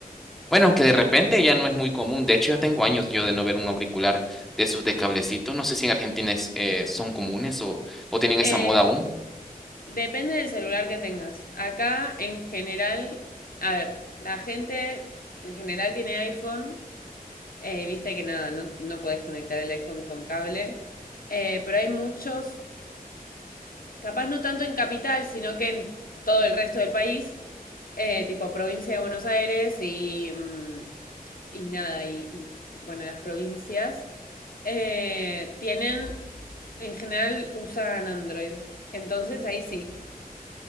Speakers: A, in the centre; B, on the left.
A: Bueno, aunque de
B: No
A: repente
B: me...
A: ya no es muy común. De hecho, ya tengo años yo de no ver un auricular de esos de cablecito. No sé si en Argentina es, eh, son comunes o, o tienen esa
B: em,
A: moda aún.
B: Depende del celular que tengas. Acá en general, a ver, la gente en general tiene iPhone, eh, viste que nada, no, no podés conectar el iPhone con cable, eh, pero hay muchos, capaz no tanto en capital, sino que en todo el resto del país, eh, tipo provincia de Buenos Aires y, mm, y nada, y, y, bueno, las provincias, eh, tienen, en general usan Android. Entonces ahí sí.